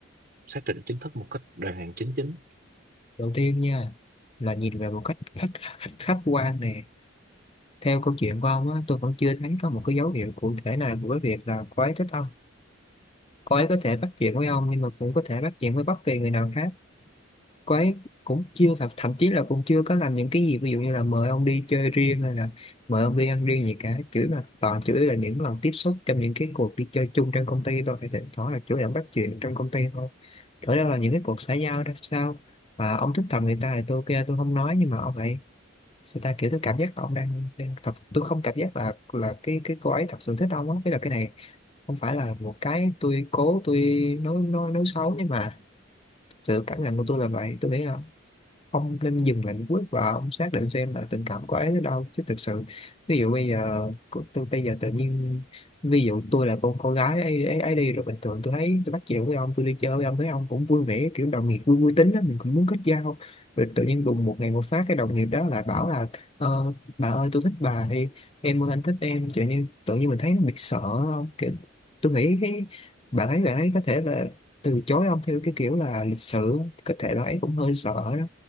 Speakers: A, on the right; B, on the left.
A: xác định chính thức một cách đàng hoàng chính chính
B: đầu tiên nha là nhìn về một cách khách khách, khách quan nè theo câu chuyện của ông á tôi vẫn chưa thấy có một cái dấu hiệu cụ thể nào của cái việc là cô ấy thích ông cô ấy có thể bắt chuyện với ông nhưng mà cũng có thể bắt chuyện với bất kỳ người nào khác cô ấy cũng chưa thậm, thậm chí là cũng chưa có làm những cái gì ví dụ như là mời ông đi chơi riêng hay là mời ông đi ăn riêng gì cả chửi mà toàn chửi là những lần tiếp xúc trong những cái cuộc đi chơi chung trong công ty thôi thì thỉnh thoảng là chủ động bắt chuyện trong công ty thôi ở đâu là những cái cuộc xã giao ra sao mà ông thích thầm người ta thì tôi ok tôi không nói nhưng mà ông lại sao ta kiểu tôi cảm giác là ông đang, đang thật tôi không cảm giác là là cái cái cô ấy thật sự thích ông á tức là cái này không phải là một cái tôi cố tôi nói nói nói xấu nhưng mà sự cảm nhận của tôi là vậy tôi nghĩ là ông nên dừng lại một lúc và ông xác định xem là tình cảm của ấy tới đâu chứ thực sự ví dụ bây giờ cô- tôi bây giờ tự nhiên ví dụ tôi là con cô gái ấy, ấy, ấy đi rồi bình thường tôi thấy tôi bắt chuyện với ông tôi đi chơi với ông thấy ông cũng vui vẻ kiểu đồng nghiệp vui vui tính đó mình cũng muốn kết giao rồi tự nhiên đùng một ngày một phát cái đồng nghiệp đó lại bảo là ờ, bà ơi tôi thích bà thì em ơi anh thích em tự nhiên tự nhiên mình thấy nó bị sợ không kiểu, tôi nghĩ cái bà ấy bà ấy có thể là từ chối ông theo cái kiểu là lịch sự có thể là ấy cũng hơi sợ đó